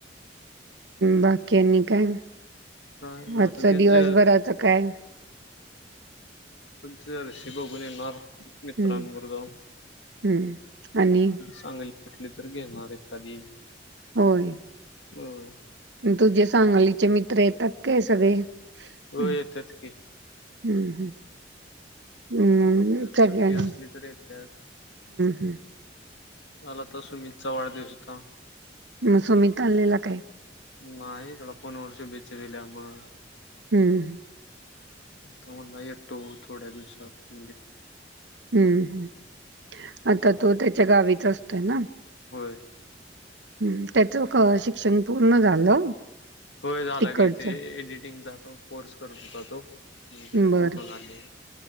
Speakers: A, on the right (about 70°); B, on the left (about 80°).
A: बाकी आनी काय?
B: काय ना
A: आजचं
B: आता ते
A: दिवसभराचं
B: ज
A: काय?
B: शी बघून येणार मित्रांबरोबर
A: हं,
B: जाऊन.
A: हं. आणि
B: चांगली कुठलीं तर घेणार एखादी
A: होय.
B: अं
A: तुझे सांगलीचे मित्र येतात काय सगळे? हम्म
B: हो येतात की
A: हम्म हम्म
B: येतात
A: सग
B: सुट्टी
A: हम्म
B: असली तर येतात
A: हम्म
B: मला तर सुमितचा वाढदिवस होता.
A: मग सुमित आलेला काय?
B: नाही त्याला फोन वर शुभेच्छां दिल्या मग
A: हम्म
B: तो म्हटला थोड्या दिवसांत
A: हम्म हम् आता तो त्याच्या गावीच असतोय ना
B: हो
A: हम् त्याचं शिक्षण पूर्ण झालं
B: होय झाला
A: तिकडचं?
B: गी तेे एडिटिंगचा कोर्स करत होता तो म
A: बरं.
B: पूर्ण झाले